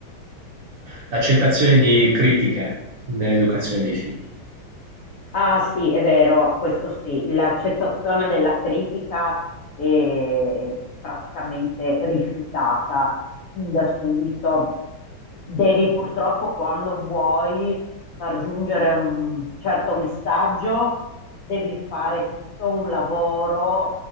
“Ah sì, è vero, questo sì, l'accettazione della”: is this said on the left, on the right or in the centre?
Left